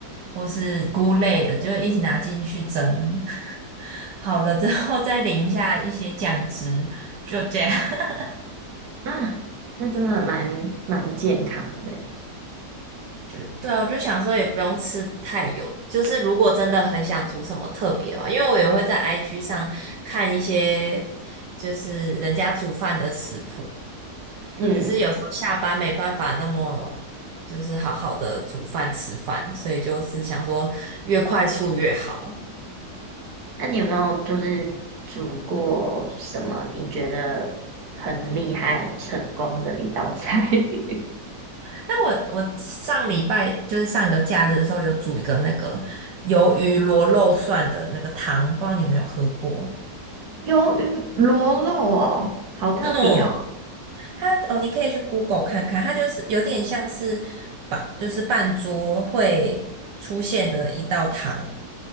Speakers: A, on the right (about 75°); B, on the right (about 60°).
A: 或是菇类的，就一起拿进去蒸。<laughs> 好了之后再淋一下一些酱汁，就这样。<laughs>
B: 啊，那真的蛮蛮健康的欸
A: 就对啊，我就想说也不用吃太油，就是如果真的很想煮什么特别吧，因为我也会在 IG 上看一些就是人家煮饭的食谱，
B: 嗯，
A: 只是有时候下班没办法那么就是好好的煮饭吃饭，所以就是想说越快速越好。
B: 那你有没有就是煮过什么你觉得很厉害、很成功的一道菜？<laughs>
A: 但我我上礼拜就是上个假日的时候有煮一个那个鱿鱼螺肉蒜的那个汤，不知道你有没有喝过？
B: 鱿鱼螺肉哦，好特别哦。
A: 嗯它哦，你可以去 Google 看看，它就是有点像是把就是半桌会出现的一道汤，